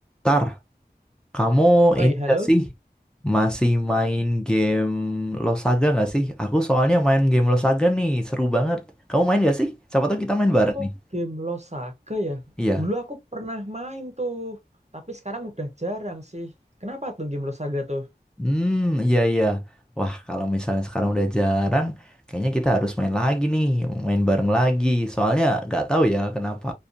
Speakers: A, in the centre; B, on the right.
A: Tar, kamu
B: Oi,
A: ini
B: halo.
A: gak sih masih main game Losaga gak sih? Aku soalnya main game Losaga nih, seru banget. Kamu main gak sih? Siapa tahu kita main
B: Oh,
A: bareng nih.
B: game Lost Saga ya.
A: Iya.
B: Dulu aku pernah main tuh, tapi sekarang udah jarang sih. Kenapa tuh game Lost Saga tuh?
A: Hmm, iya iya. Wah, kalau misalnya sekarang udah jarang, kayaknya kita harus main lagi nih, main bareng lagi. Soalnya nggak tahu ya kenapa.